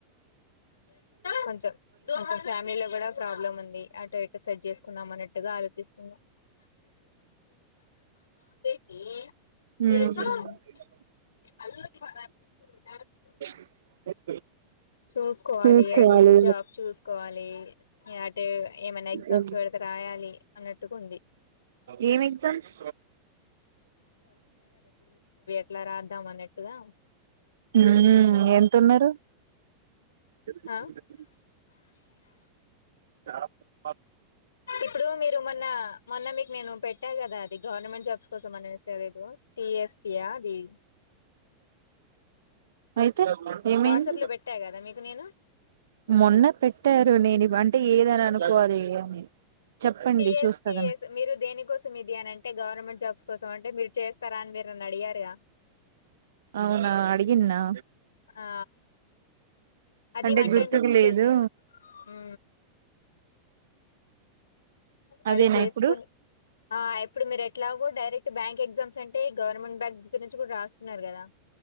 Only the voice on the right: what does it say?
హ్మ్ <inaudible>
చూసుకోవాలి
ఏం
ఏం ఎగ్జామ్స్
ఊ ఎంతున్నరు <unintelligible>
తాపు మగ్గు
అయితే ఏమైంది
మొన్న పెట్టారు నేను ఈ వంట ఏదరు అనుకోవాలి అని చెప్పండి
చూస్తాగాని
అవునా అడిగిన్నా
అంటే
గుర్తుకు
లేదు
అదేనా
ఇప్పుడు